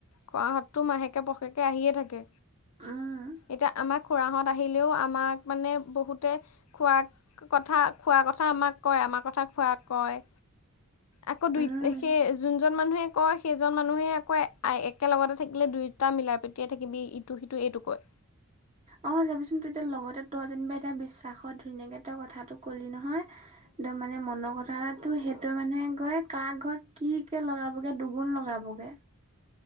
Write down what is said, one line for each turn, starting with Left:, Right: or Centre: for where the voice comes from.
Left: খুৰাহতটো মাহেকে পষেকে আহিয়ে থাকে।
Right: উম
Left: এতিয়া আমাৰ খুৰাহত আহিলেও আমাক মানে বহুতে খুৰা কথা খুৰা কথা আমাক কয় আমাৰ কথা খুৰাক কয়। আকৌ দুই
Right: উম
Left: সেই যোনজন মানুহে কয় সেইজন মানুহে আকৌ একেলগতে থাকিলে দুয়োটা মিলা- প্ৰীতিয়ে থাকিবি ইটো সিটো এইটো কয়।
Right: অ', চাবিচোন তেতিয়া লগতে তই যেনিবা এতিয়া বিশ্বাসত ধুনীয়াকে তই কথাটো ক'লি নহয় একদম মানে মনৰ কথাটো সেইটোৱে মানে গৈ কাৰ ঘৰত কি তে লগাবগে দুগুণ লগাবগে।